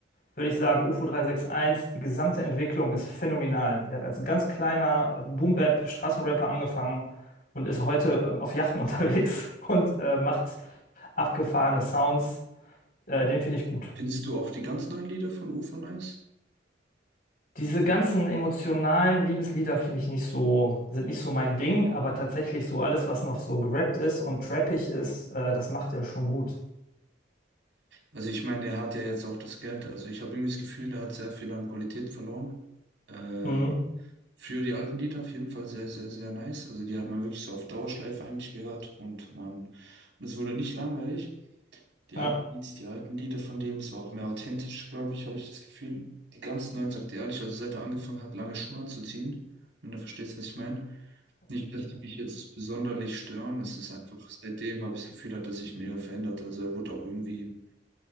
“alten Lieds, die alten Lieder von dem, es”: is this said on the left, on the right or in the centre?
Right